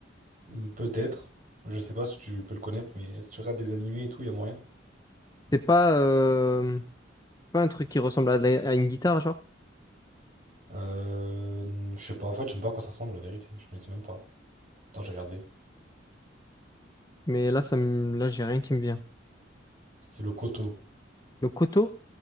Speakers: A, on the right; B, on the left.
A: Hmm, Peut-être. Je sais pas si tu peux le connaître, mais si tu regardes des animés et tout, il y a moyen.
B: C'est pas, euh, pas un truc qui ressemble à, de la- à une guitare, genre.
A: Euh, je sais pas, en fait, je sais même pas à quoi ça ressemble, la vérité. Je connaissais même pas. Attends, j'ai regardé.
B: Mais là, ça me, là, j'ai rien qui me vient.
A: C'est le Koto.
B: Le koto,